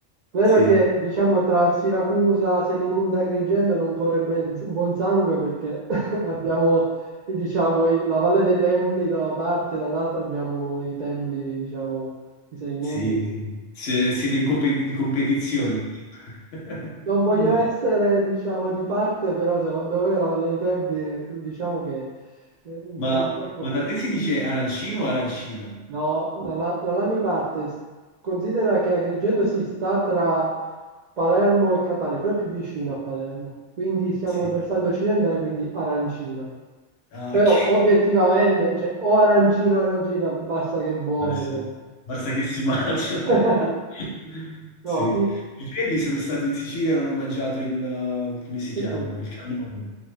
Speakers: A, on the right; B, on the left.
A: Vero
B: Sì,
A: che, diciamo, tra Siracusa, Selinunte e Agrigento non corre ben- buon sangue perché <laughs> abbiamo, diciamo, i- la Valle dei Templi da una parte, dall'altra abbiamo i templi, diciamo, di Selinunte.
B: sì, sì. Se- siete in, compe- in competizione. <laughs>
A: Non voglio essere, diciamo, di parte, però secondo me la Valle dei Templi, diciamo che è un po'
B: Ma,
A: un corpo...
B: ma da te si dice arancino o arancina?
A: No, dalla, dalla mia parte, s- considera che Agrigento si sta tra Palermo e Catania, proprio più vicino a Palermo, quindi siamo
B: Sì.
A: il versante occidentale, quindi Arancina.
B: Ah,
A: Però
B: ok.
A: obiettivamente, cioè, o Arancino o Arancina, basta che è buona,
B: Ma sì,
A: cioè.
B: basta che si mangia.
A: <laughs>
B: <laughs>
A: No,
B: Sì.
A: ti...
B: I piedi sono stato in Sicilia e non ho mangiato il, eh, come si
A: Che
B: chiama?
A: cosa?
B: Il cannolo.